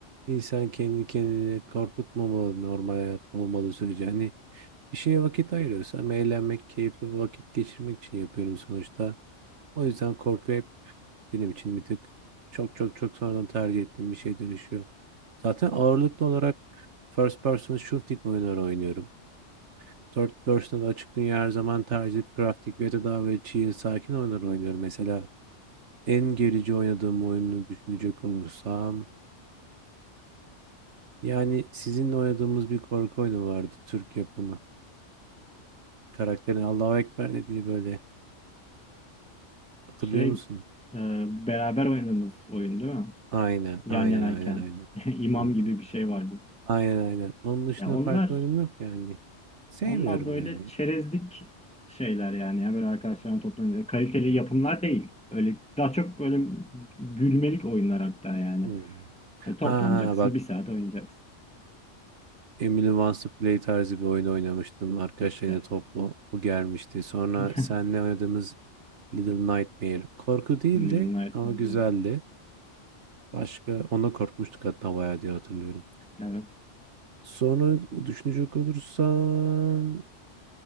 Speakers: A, on the right; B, in the centre.
A: İnsan kendi kendini korkutmamalı normal hayat olmadığı sürece. Hani Bir şeye vakit ayırıyorsam eğlenmek, keyifli vakit geçirmek için yapıyorum sonuçta. O yüzden korku hep benim için bir tık çok çok çok sonradan tercih ettiğim bir şey dönüşüyor. Zaten ağırlıklı olarak first person shooting oyunları oynuyorum. Third person'da da açık dünya her zaman tercih edip grafik ve de daha böyle chill, sakin oyunlar oynuyorum. Mesela en gerici oynadığım oyunu düşünecek olursam yani sizinle oynadığımız bir korku oyunu vardı Türk yapımı. Karakterin Allahu Ekber dediği böyle hatırlıyor
B: Şey,
A: musun?
B: e, beraber oynadığımız oyun değil mi?
A: Aynen,
B: Yan
A: aynen,
B: yanayken.
A: aynen, aynen.
B: <laughs> imam
A: Hı hı.
B: gibi bir şey vardı.
A: Aynen, aynen. Onun dışında
B: Ya onlar
A: farklı oyun yok yani. Sevmiyorum
B: onlar böyle
A: yani.
B: çerezlik şeyler yani. Ya böyle arkadaşlarına toplanıyor. Kaliteli yapımlar değil. Öyle daha çok böyle gülmelik oyunlar hatta yani.
A: Hı.
B: E, toplanacaksın.
A: Ha bak
B: Bir saat oynayacaksın.
A: Emily Wants to Play tarzı bir oyun oynamıştım. Arkadaşlarıyla
B: İşte.
A: toplu bu gelmişti. Sonra
B: <laughs>
A: seninle oynadığımız Little Nightmare. Korku değildi
B: Little Nightmares.
A: ama güzeldi.
B: Evet.
A: Başka ona korkmuştuk hatta bayağı diye hatırlıyorum.
B: Evet.
A: Sonra düşünecek olursam